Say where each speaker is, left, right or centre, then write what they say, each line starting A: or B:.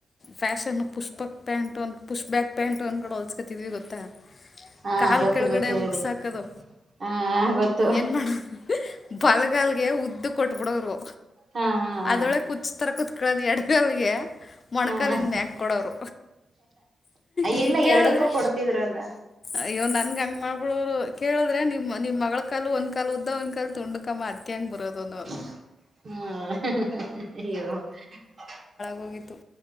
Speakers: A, on the left; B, on the right.
A: ಫ್ಯಾಷನ್ ಪುಸ್ಪಕ್ ಪ್ಯಾಂಟ್ ಒಂದು ಪುಷ್ ಬ್ಯಾಕ್ ಪ್ಯಾಂಟ್ ಒಂದ ಕಡೆ ಹೊಲ್ಸ್ಕತಿದ್ವಿ ಗೊತ್ತಾ
B: ಹಾ
A: ಕಾಲ್
B: ಗೊತ್ತು
A: ಕೆಳಗಡೆ
B: ಗೊತ್ತು
A: ಹಗ್ಸಾಕದು
B: ಹೇಳಿ ಹಾ ಗೊತ್ತು
A: ಏನ್ ಮಾಡ ಬ <unintelligible> ಗಗೆ ಉದ್ದು ಕೊಟ್ಬಿಡೋರು
B: ಹಾ ಹಾ ಹಾ
A: ಅದೊಳೆ ಕುಚ್ತರ ಕುತ್ <unintelligible> ಅ ಅದು ಅಡಗಲ್ಗೆ ಮಡಕ ಅಕ್ಕದಿಂದ
B: ಹಾ
A: ಮ ಯಾಕ ಕೊಡೋರು ಈ
B: ಎಲ್ಲ
A: ಕೇಳಿದ್ರೆ
B: ಎರಡಕ್ಕೂ ಕೊಡ್ತಿದ್ರಲ್ಲ
A: ಅಯ್ಯೋ ನನ್ಗ ಹಂಗ ಮಾಡ <unintelligible> ಳರು ಕೇಳಿದ್ರೆ ನಿಮ್ ನೀವು ಮಗಳ ಕಾಲು ಒಂದ್ ಕಾ <unintelligible> ಕಲ್ ತುಂಡುಕಮ್ಮ ಅದಕ ಹೆಂಗ ಬರೋದೋವರು
B: ಹ್ಮ
A: ಹೋಗಿತು